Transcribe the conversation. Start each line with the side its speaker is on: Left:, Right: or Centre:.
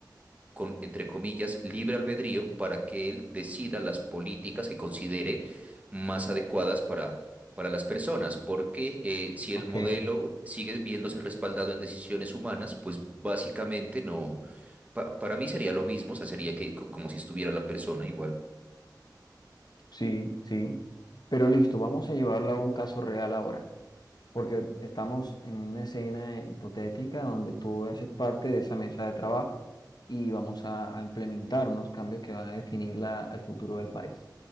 Right: con, entre comillas, libre albedrío para que él decida las políticas que considere más adecuadas para, para las personas, porque eh, si
Left: ok,
Right: el modelo sigue viéndose respaldado en decisiones humanas, pues básicamente no, pa- para mí sería lo mismo, o sea, sería que co- como si estuviera la persona igual.
Left: sí, sí. Pero listo, vamos a llevarlo a un caso real ahora, porque estamos en una escena hipotética donde tú haces parte de esa mesa de trabajo y vamos a, a implementar unos cambios que van a definir la- el futuro del país.